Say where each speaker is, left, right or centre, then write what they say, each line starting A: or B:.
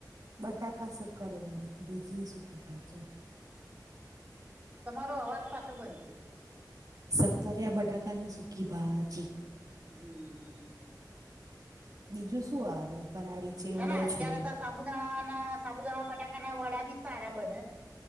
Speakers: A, on the right (about 55°); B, on the right (about 15°).
A: બટાકા સક્કરીયાની બેગી સુકી ભાજી.
B: તમારો અવાજ પાછો બંધ થઈ
A: સક્કરિયા બટાકાની સૂકી ભાજી.
B: હમ્મ.
A: બીજું શું આવે ફરાળી? ચેવડો
B: ના ના અત્યારે
A: છે
B: તો સાબુદાણા ના સાબુદાણા બટાકા ના વડા બી સારા બને.